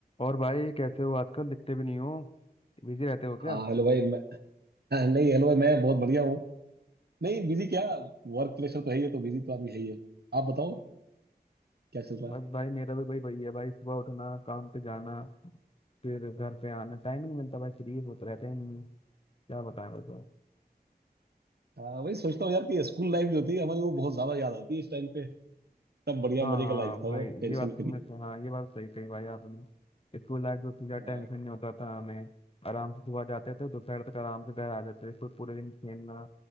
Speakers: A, on the left; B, on the right.
A: और भाई कैसे हो आजकल दिखते भी नहीं हो बिजी रहते हो क्या
B: हाँ हेलो भाई मैं नहीं हेलो भाई मैं बहुत बढ़िया हूँ नहीं बिजी क्या वर्क प्रेशर तो है ही है तो बिजी तो आदमी है ही है आप बताओ क्या चल रहा
A: बस
B: है
A: भाई मेरा भी भाई वही है भाई सुबह उठना काम पे जाना फिर घर पे आना टाइम ही नहीं मिलता भाई फ्री होता रहता ही नहीं है। क्या बताएं बताओ
B: हाँ वही सोचता हूँ यार कि स्कूल लाइफ जो थी हमारी वो बहुत ज्यादा याद आती है इस टाइम पे तब बढ़िया
A: हाँ
B: मजे का लाइफ था
A: भाई
B: वो टेंशन
A: ये बात तो तुमने
B: फ्री
A: सही- हाँ ये बात सही कही भाई आपने स्कूल लाइफ जो थी ज़्यादा
B: हाँ
A: टेंशन नहीं होता था हमें आराम से सुबह जाते थे दोपहर तक आराम से घर आ जाते थे फिर पूरे दिन खेलना